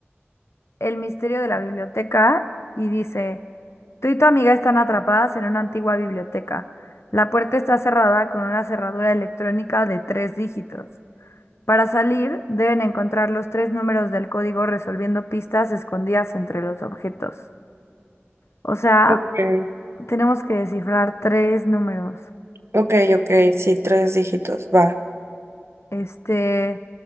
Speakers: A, on the left (about 75°); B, on the right (about 75°).
A: El misterio de la biblioteca y dice, tú y tu amiga están atrapadas en una antigua biblioteca. La puerta está cerrada con una cerradura electrónica de tres dígitos. Para salir, deben encontrar los tres números del código resolviendo pistas escondidas entre los objetos. O sea,
B: ok,
A: tenemos que descifrar tres números.
B: ok, ok, sí, tres dígitos, va.
A: Este,